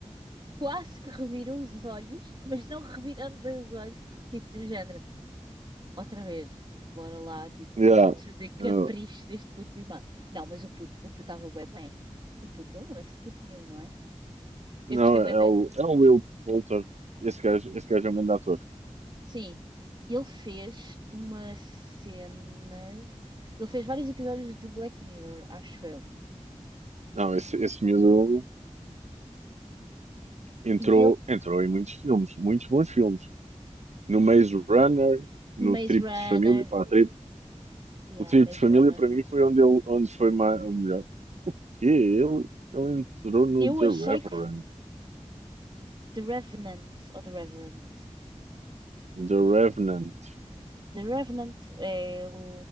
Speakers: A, on the right (about 40°); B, on the right (about 70°).
A: quase que revirou os olhos, mas não revirando bem os olhos, tipo, do género. outra vez, tipo, bora lá, tipo,
B: Yeah.
A: satisfazer capricho
B: Yeah.
A: deste puto mimado. Não, mas o puto, o puto estava bué bem. O puto, ele não nasce puto nenhum, não é?
B: Não,
A: Eu gostei bué
B: é
A: da...
B: o, é o Will Poulter. Esse gajo, esse gajo é um grande ator.
A: Sim, ele fez uma cena... Ele fez vários episódios de Black Mirror, acho eu.
B: Não, esse, esse miúdo entrou,
A: E ele,
B: entrou em muitos filmes, muitos bons filmes. No Maze Runner, no
A: Maze
B: Trip
A: Runner...
B: de Família, pá, Trip-
A: Yeah,
B: o Trip
A: Maze
B: de Família
A: Runner.
B: para mim foi onde ele, onde foi mais, o melhor. Que ele, ele entrou no
A: Eu
B: The
A: achei
B: Reverend,
A: que f- The Revenant, ou The Reverend...
B: The Revenant,
A: The Revenant é o,